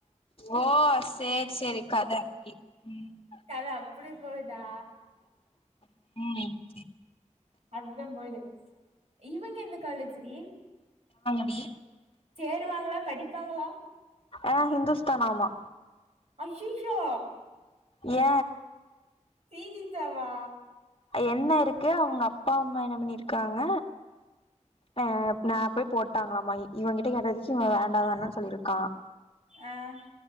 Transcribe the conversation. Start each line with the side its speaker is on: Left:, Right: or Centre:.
Left: ஓ ஸ். சேரி சேரி. கத அப்டி ம்
Right: கத அப்படி போகுதா.
Left: உம்.
Right: அப்டித்தா போகுது. இவங்க எந்த காலேஜிடி.
Left: வி.
Right: சேருவாங்களா படிப்பாங்களா.
Left: ஆ ஹிந்துஸ்தான் ஆமா.
Right: ஐயையோ.
Left: ஏ
Right: சீரியசாவா.
Left: என்ன இருக்கு அவங்க அப்பா அம்மா என்ன பண்ணி இருக்காங்க. ஆஹ் நா போய் போட்டாங்களாமா இவ கிட்ட கேட்டதுக்கு இவ வேண்டா வேண்டா சொல்லிருக்கா
Right: ஆஹ்